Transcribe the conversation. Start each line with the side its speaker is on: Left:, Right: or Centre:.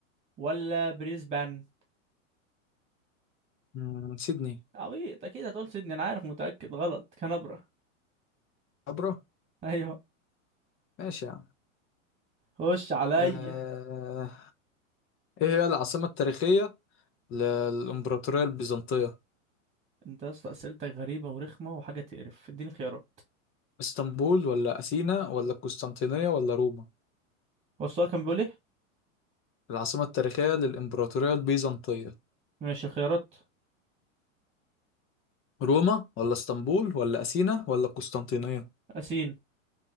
Right: ولا بريسبان
Left: مم، سيدني
Right: عبيط اكيد هتقول سيدني انا عارف متأكد غلط كانبرا
Left: عبرة
Right: ايوه
Left: ماشي يا عم
Right: خش عليا
Left: آه... ايه هي العاصمة التاريخية للإمبراطورية البيزنطية
Right: انت يا اسطى اسئلتك غريبه ورخمه وحاجه تقرف اديني خيارات
Left: اسطنبول ولا أثينا ولا القسطنطينية ولا روما
Right: هو السؤال كان بيقول ايه
Left: العاصمة التاريخية للإمبراطورية البيزنطية
Right: ماشي خيارات
Left: روما ولا اسطنبول ولا أثينا ولا القسطنطينية
Right: اسين